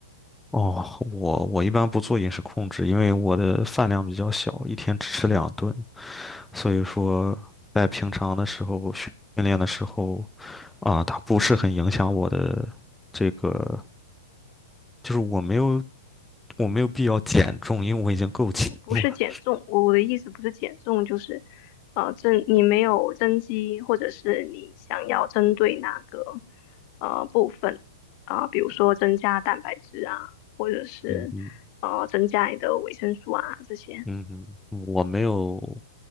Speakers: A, in the centre; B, on the left.
A: 哦，我我一般不做饮食控制，因为我的饭量比较小，一天只吃两顿，所以说在平常的时候训练的时候，啊，它不是很影响我的这个，就是我没有我没有必要减重，因为我已经够轻了。
B: 不是减重，我的意思不是减重，就是呃增你没有增肌，或者是你想要针对哪个呃部分啊、呃比如说增加蛋白质啊，或者是呃增加你的维生素啊这些。
A: 嗯哼。嗯哼，我没有，